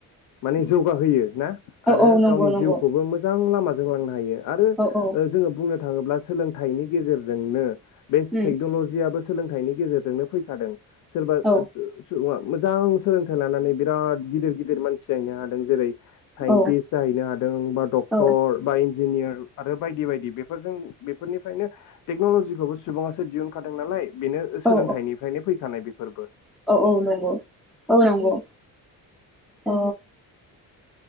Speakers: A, on the left (about 65°); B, in the centre.
A: माने जौगाहोयो। ना
B: औ
A: आरो
B: औ नंगौ
A: गावनि
B: नंगौ
A: जिउखौबो मोजां लामा जोंलांनो हायो। आरो
B: औ औ
A: ओ जोङो बुंनो थाङोब्ला सोलोंथाइनि गेजेरजोंनो बे
B: उम
A: टेक्न'ल'जियाबो सोलोंथाइनि गेजेरजोंनो फैखादों सोरबा जो
B: औ
A: सुबुङा मोजां सोलोंथाइ लानानै बिराद गिदिर गिदिर मानसि जाहैनो हादों जेरै- साइन्टिस्ट
B: औ
A: जाहैनो हादों बा डक्टर
B: औ
A: बा इन्ज न्जिनियार आरो बायदि बायदि बेफोरजों बेफोरनिफ्रायनो टेक्न'लजिखौबो सुबुङासो दिहुनखादों नालाय बेनो
B: औ
A: सोलोंथाइनिफ्रायनो फैखानाय बे फोरबो
B: औ औ नंगौ औ नंगौ अ